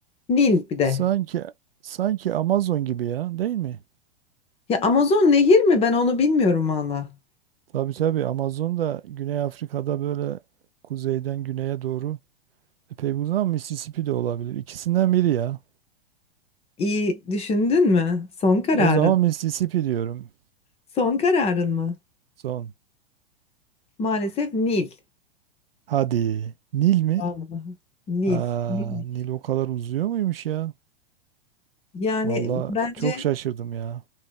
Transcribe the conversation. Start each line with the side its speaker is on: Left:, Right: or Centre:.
Left: Nil bir de.
Right: Sanki sanki Amazon gibi ya, değil mi?
Left: Ya Amazon nehir mi? Ben onu bilmiyorum valla.
Right: Tabii tabii Amazon da Güney Afrika'da böyle kuzeyden güneye doğru epey uzun ama Mississippi de olabilir. İkisinden biri ya.
Left: İyi düşündün mü? Son kararın.
Right: O zaman Mississippi diyorum.
Left: Son kararın mı?
Right: Son.
Left: Maalesef Nil.
Right: Hadi. Nil mi?
Left: Vallahi. Nil.
Right: Aa,
Left: Nil.
Right: Nil o kadar uzuyor muymuş ya?
Left: Yani
Right: Valla
Left: bence
Right: çok şaşırdım ya.